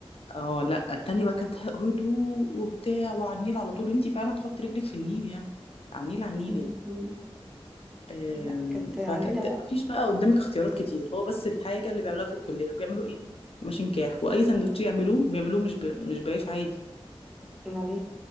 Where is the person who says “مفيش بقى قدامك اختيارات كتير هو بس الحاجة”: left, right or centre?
Left